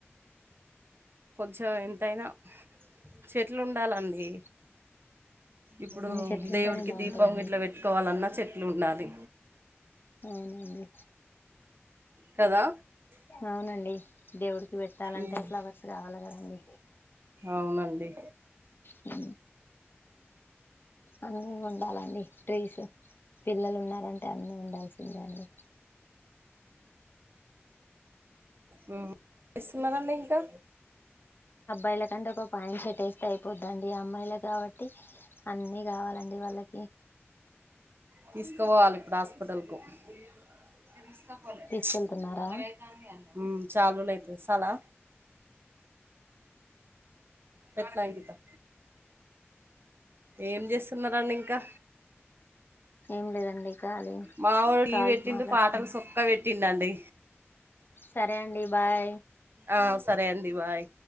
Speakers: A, on the right; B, on the left.
A: కొంచెం ఎంతయినా చెట్లు ఉండాలండి ఇప్పుడు
B: చెట్లు
A: దేవుడికి
B: ఉంటేనే బాగుంటదండి
A: దీపం ఇట్లా పెట్ పెట్టుకోవాలన్నా చెట్లు ఉండాలి
B: అవునండి
A: కదా
B: అవునండి దేవుడికి పెట్టాలంటే
A: ఉమ్,
B: ఫ్లవర్స్ కావాలి కదండీ
A: అవునండి
B: ఊ అన్నీ ఉండాలండి ట్రీస్ పిల్లలు ఉన్నరంటే అన్నీ ఉండాల్సిందే అండి
A: ఊ ఏం చేసున్నరండి ఇంకా
B: ఎల్లకండి ఒకోప్ పాన్ చెట్టేస్తే అయిపోద్దండి అమ్మాయిలు కాబట్టి అన్ని కావాలండి వాళ్ళకి
A: తీసుకపోవాలి ఇప్పుడు హాస్పిటల్కు ఇగ తీస్కపోలే నిన్ను
B: తీసుకెళ్తున్నారా
A: నల్లగా అయితంది కదనే ఊ చాల్ రోజలైతంది సాలా పెట్లంకిత ఏం చేస్తున్నారండి ఇంకా
B: ఏం లేదండి ఖాళీ
A: మావోడు టీవీ
B: కాల్స్
A: పెట్టిండు
B: మాట్లాడుతున్నాం
A: పాటలు సుక్కా పెట్టిండండి
B: సరే అండి బాయ్
A: ఆ సరే అండి బాయ్